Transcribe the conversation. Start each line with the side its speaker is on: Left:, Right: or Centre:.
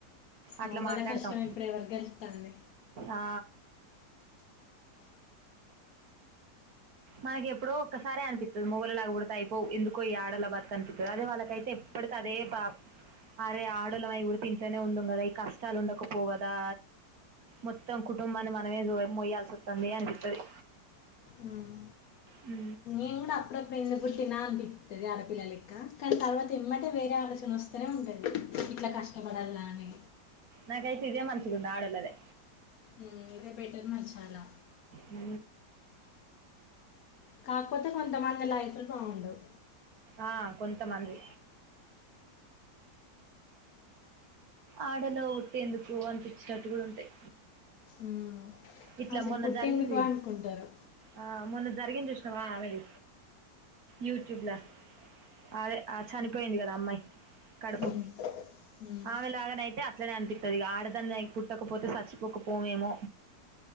Right: అట్లా
Left: మొగల
Right: మాట్లాడతాం
Left: కష్టం ఇప్పుడు ఎవరు గెలుస్తుంది
Right: ఆ మనకి ఎప్పుడ ఒక్కసారి అనిపిస్తుంది మొగోల్లలాగా పడితే అయిపో ఎందుకో ఈ ఆడోల్ల బతుకు అనిపిస్తుంది అది వాళ్ళకైతే ఎప్ప కాదే బా అరే ఆడోల్లమై పుడితే ఇంట్లోనే ఉందుమ్ కదా ఈ కష్టాలు ఉండకపోగదా మొత్తం కుటుంబాన్ని మనమే జ మోయాల్సి వస్తుంది అనిపిత్తది
Left: ఉమ్.
Right: హు
Left: నేను కూడా అప్పుడప్పుడు ఎందుకు పుట్టినా అనిపిస్తది ఆడపిల్ల లెక్క కానీ తర్వాత ఎమ్మటే వేరే ఆలోచన వస్తూనే ఉం తాది ఇట్లా కష్టపడాల అనే
Right: నాకు అయితే ఇదే మంచిగా ఉన్నది ఆడోలాదే
Left: ఉమ్, ఇదే బెటర్ మరి చాలా
Right: ఉ
Left: కాకపోతే కొంతమంది లైఫ్ లు బాగుండవు
Right: ఆ కొంతమంది ఆడల్లోగా పుట్టి ఎందుకు అనిపించినట్టు కూడా ఉంటాయి
Left: ఉమ్.
Right: ఇట్లా
Left: అసలు
Right: మొన్న
Left: పుట్టేందుకు
Right: జరిగింది
Left: అనుకుంటారు
Right: ఆ మొన్న జరిగింది ఇషు తావ వరి యూట్యూబ్ లా అదే ఆ చనిపోయింది కదా అమ్మాయి కడుపు
Left: ఉమ్. ఉమ్.
Right: ఆమె లాగానేయితే అట్లనే అనిపిస్తుది ఆడదాన్ని పుట్టకపోతే చచ్చిపోకపోనేమో